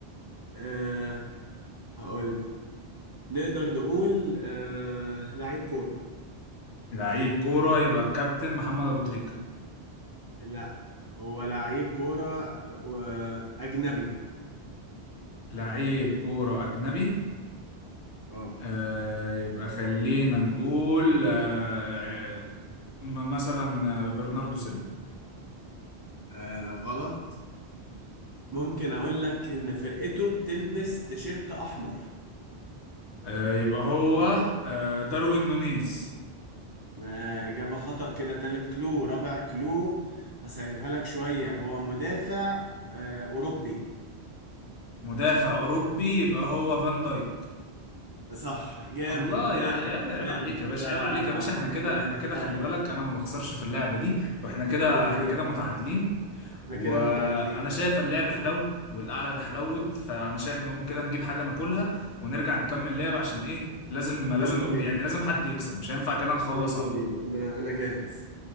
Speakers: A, on the right; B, on the left.
A: آه هقول لك نقدر نقول آه لعيب كورة
B: لعيب كورة يبقى الكابتن محمد ابو تريكة
A: لا هو لعيب كورة آه، أجنبي
B: لعيب كورة اجنبي
A: اه
B: آه يبقى خلينا نقول آه آه، مثلا آه، برناردو سيلفا
A: آه غلط ممكن اقول لك ان فرقته بتلبس تيشيرت احمر
B: آه، يبقى هو آه، داروين نونيز
A: آه، اجابة خطأ كده تالت كلو رابع كلو هسهلها لك شوية هو مدافع آه، اوروبي
B: مدافع اوروبي يبقى هو فان دايك
A: صح جامد
B: الله يا
A: جامد
B: يا عيب
A: جامد
B: عليك يا باشا
A: لا
B: عيب عليك
A: لا لا
B: يا باشا
A: لا
B: احنا كده
A: انت متطور
B: احنا كده خلي بالك انا ما بخسرش في اللعبه دي واحنا كده
A: دي حقيقة
B: احنا كده متعادلين
A: احنا
B: وانا
A: كده متعادلين يا
B: شايف
A: باشا
B: اللعب حلو والقعده حلوت فانا شايف نقوم كده نجيب حاجه ناكلها ونرجع نكمل لعب عشان ايه لازم لازم
A: يلا بينا
B: يعني لازم حد يكسب مش هينفع كده نخلص
A: يلا
B: على الفاضي
A: بينا انا انا جاهز